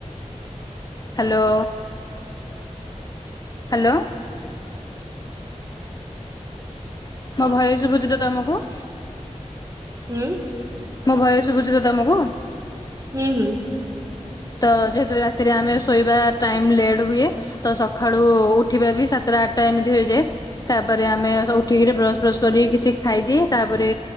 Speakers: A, on the left (about 30°); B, on the right (about 25°).
A: Hello. Hello. ମୋ ଭୟସ ସୁବୁଛି ତ ତମକୁ?
B: ହୁଁ।
A: ମୋ ଭୟସୁ ଶୁଭୁଛି ତ ତମକୁ?
B: ହୁଁ ହୁଁ।
A: ତ ଯେହେତୁ ରାତିରେ ଆମେ ଶୋଇବା ଟାଇମ୍ ଲେଟ ହୁଏ। ତ ସକାଳୁ ଉଠିବା ବି ସାତଟା ଆଠଟା ଏମିତି ହେଇଯାଏ। ତାପରେ ଆମେ ସ ଉଠିକି ବ୍ରସ୍ ଫ୍ରସ୍ କରିକ କିଛି ଖାଇଦିଏ ତାପରେ